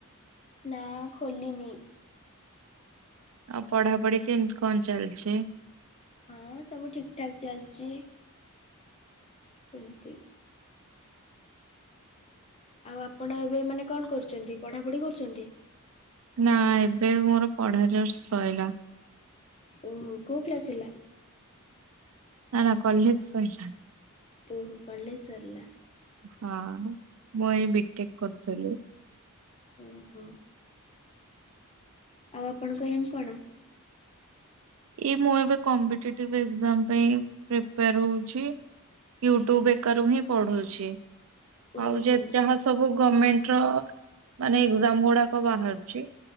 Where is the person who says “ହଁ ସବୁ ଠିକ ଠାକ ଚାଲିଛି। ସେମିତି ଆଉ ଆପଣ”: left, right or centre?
Left